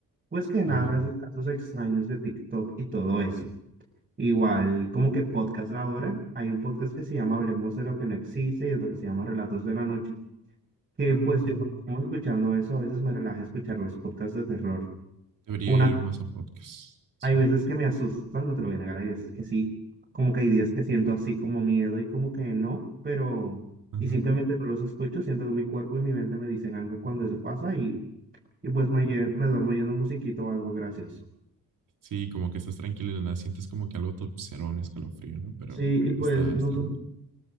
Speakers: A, on the right; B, on the right.
A: pues que narra
B: Ajá.
A: esos casos extraños de TikTok y todo eso. Igual, como que podcast ahora, hay un podcast que se llama Hablemos de lo que no existe y otro que se llama Relatos de la Noche, que
B: Ah,
A: pues yo como escuchando eso, a veces me relaja escuchar los podcasts de terror.
B: debería
A: Una
B: ir más a podcasts. Sí.
A: hay veces que me asustan, no te lo voy a negar, hay veces que sí, como que hay días que siento así como miedo y como que no, pero
B: Ajá.
A: y simplemente no los escucho, siento que mi cuerpo y mi mente me dicen algo cuando eso pasa y, y pues me, lle- me duermo oyendo musiquito o algo gracioso.
B: Sí, como que estás tranquilo y de nada, sientes como que algo te observa un escalofrío, ¿no? Pero
A: Sí, y pues
B: está,
A: no
B: está
A: sé.
B: bueno.